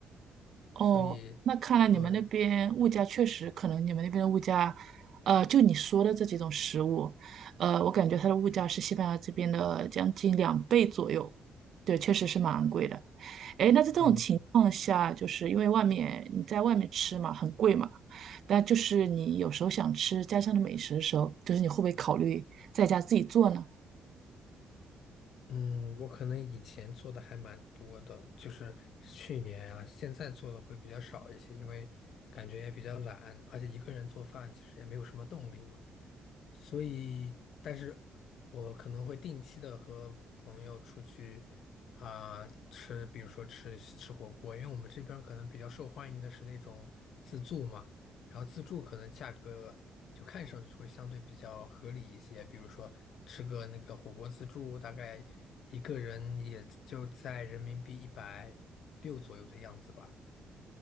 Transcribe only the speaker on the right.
哦，
那看来你们那边物价确实可能你们那边的物价，
呃，就你说的这几种食物，呃，我感觉它的物价是西班牙这边的将近两倍左右，对，确实是蛮昂贵的。诶，那在这种情况下，
就是因为外面你在外面吃嘛，很贵嘛，但就是你有时候想吃家乡的美食的时候，就是你会不会考虑在家自己做呢？